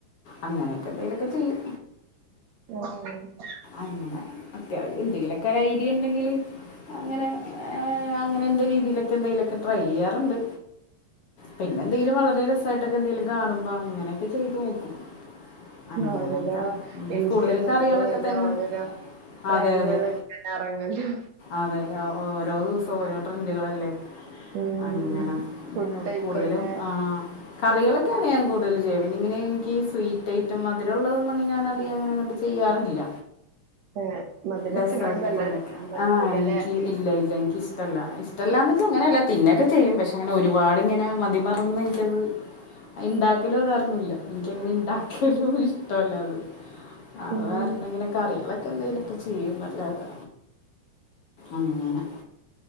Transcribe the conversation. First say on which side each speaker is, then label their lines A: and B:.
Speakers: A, on the left; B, on the right.
A: അങ്ങനെയൊക്കെ എന്തെലൊക്കെ ചെയ്യും
B: ആഹ്
A: അങ്ങനെ ത് എന്തെങ്കിലുമൊക്കെ ഐഡിയ ഉണ്ടെങ്കില് അങ്ങനെ അങ്ങനെന്റെ രീതിയിലൊക്കെ എന്തെങ്കിലുമൊക്കെ ട്രൈ ചെയ്യാറുണ്ട് പിന്നെ എന്തെങ്കിലും വളരെ രസായിട്ടൊക്കെ എന്തെിലും കാണുമ്പോ അങ്ങനെയൊക്കെ ചെയ്ത് നോക്കും അങ്ങനെയൊക്കെ
B: ഓരോരോ
A: ഉം.
B: പൈസ
A: കൂടുതലും
B: പറിന്ന
A: കറികളൊക്കെ
B: കഴിഞ്ഞാ
A: തന്നെ
B: ഓരോരോ ട്രെൻഡുകൾ
A: അതെ അതെ
B: ഇങ്ങനെ എറങ്ങല്ലോ
A: അതെ ഓ ഓരോ ദിവസവും ഓരോ ട്രെൻഡുകളല്ലേ
B: ഉം
A: അങ്ങനെ പിന്ന
B: ഫുഡായിക്കോട്ടെ
A: കൂടുതലും ആഹ് കറികളൊക്കെയാണ് ഞാൻ കൂടുതൽ ചെയ്യ പിന്നെ ഇങ്ങനെ എനിക്ക് സ്വീറ്റ് ഐറ്റം അതിലുള്ളതൊന്നും ഞാൻ അങ്ങനെ അങ്ങട്ട് ചെയ്യാറില്ല
B: ഏഹ് മധുരത്തിനോട്
A: ഡെസേർട്ട്
B: വല്ലാണ്ട്
A: പോലൊക്കെ
B: കമ്പണ്ടാവൂലല്ലേ
A: ആഹ് എനിക്ക് ഇല്ല ഇല്ല എനിക്ക് ഇഷ്ടമല്ല ടല്ലാന്ന് വെച്ച അങ്ങന അല്ലേ തിന്നക്കെ ചെയ്യും പക്ഷെ അങ്ങനെ ഒരുപാടിങ്ങനെ മതിമറന്ന് റ്റത് അയ് ഇണ്ടാക്കലൊന്നു അറി ന്നില്ല എനിക്കങ്ങനെ ഇണ്ടാക്കലും ഇഷ്ടല്ല അത് അഹ്ർഞ്ഞാ
B: ഉം
A: ഇങ്ങനെ കറികളൊ എന്തെലവക്കെ ചെയ്യും ന്നല്ലാതെ അങ്ങനെ